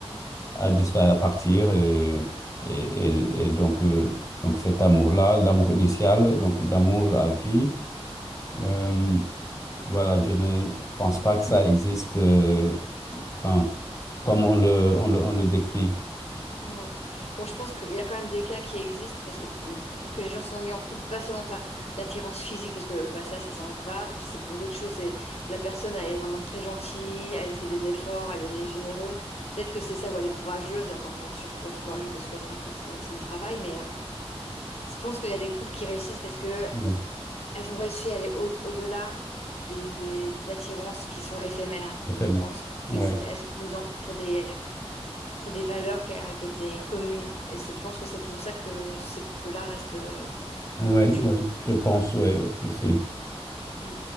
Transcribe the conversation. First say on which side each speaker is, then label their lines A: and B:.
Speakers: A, on the left; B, on the left.
A: à disparaître, à partir, et, et, et- et donc, euh, donc cet amour-là, l'amour initial, donc l'amour à vie, euh, voilà, je ne pense pas que ça existe, euh, enfin, comme on le, on le, on le décrit.
B: Ouais. Bon, je pense qu'il y a quand même des cas qui existent parce que peut-être que les gens se sont mis en couple, pas seulement par l'attirance physique, parce que bah, ça, ça s'en va, c'est pour d'autres choses. C'est la personne, elle est vraiment très gentille, elle fait des efforts, elle est généreuse. Peut-être que c'est ça, ou elle est courageuse. Enfin, bien sûr, il faut être courageux parce qu'être en couple, faut- c'est du travail, mais euh, je pense qu'il y a des couples qui réussissent parce que
A: Ouais.
B: elles ont réussi à aller au- au-delà des, des attirances qui sont éphémères,
A: Éphémère.
B: je pense.
A: Ouais.
B: Et c'est- elles se sont mises en couple pour des pour des valeurs qui, a- qui étaient communes. Et c'est- je pense que c'est pour ça que ces couples-là restent euh,
A: Oui,
B: durs.
A: oui, je pense, oui, aussi.
B: Mm.